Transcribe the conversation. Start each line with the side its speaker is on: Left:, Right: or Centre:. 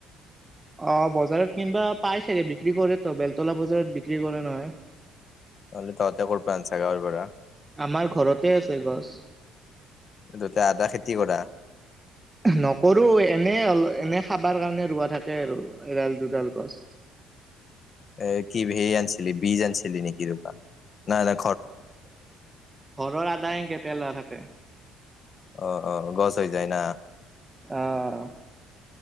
Right: অ বজাৰত কিনবা পাই চাগে বিক্ৰী কৰেত বেলতলা বজাৰত বিক্ৰী কৰে নহয়।
Left: অলি ততে কৰপৰা আনছা গাঁওৰ পৰা
Right: আমাৰ ঘৰতে আছে গছ
Left: দদে আদা খেতি কৰা।
Right: নকৰো এনে অল এনে খাবাৰ কাৰণে ৰোৱা থাকে আৰু এডাল দুডাল গছ।
Left: এ কি ভি আনিছিলি বীজ আনিছিলি নেকি ৰপা না না
Right: ঘৰৰ আদা সংকে পেলাই থাকে।
Left: অ অ গছ হৈ যায় না।
Right: আহ।